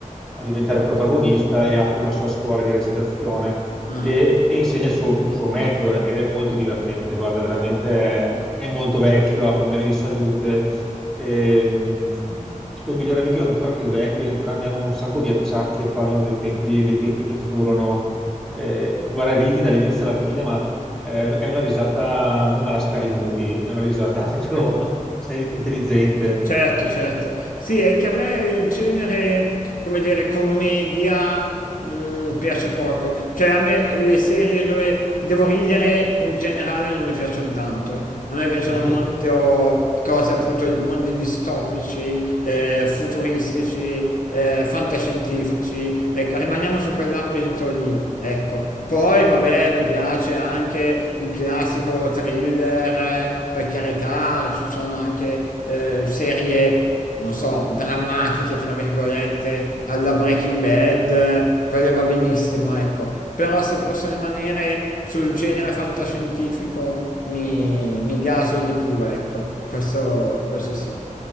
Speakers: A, in the centre; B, on the left.
A: a diventare protagonista e apre una sua scuola di recitazione
B: Ah.
A: e, e insegna il suo, il suo metodo eh, ed è molto divertente. Guarda, veramente è, è molto vecchio, ha problemi di salute. ehm, il suo migliore amico è ancora più vecchio, entrambi hanno un sacco di acciacchi e parlano del tempi, dei tempi che furono. Eh, guarda, ridi dall'inizio alla fine, ma eh, è una risata non alla Scary Movie, è una risata <laughs> proprio, sei intelligente.
B: Certo, certo. Sì, è che a me il genere, come dire, commedia mm, piace poco. Cioè a me le serie dove devo ridere in generale non mi piacciono tanto. A me piacciono
A: Mhm.
B: molto cose appunto mondi distopici, eh, futuristici, eh, fantascientifici. Ecco, rimaniamo su quell'ambito lì, ecco. Poi vabbè, mi piace anche il classico thriller per carità ci sono anche eh, serie, non so, drammatiche, tra virgolette, alla Breaking Bad, eh, quelle va benissimo, ecco. Però se posso rimanere sul genere fantascientifico mi, mi gaso di più, ecco. Questo, questo sì.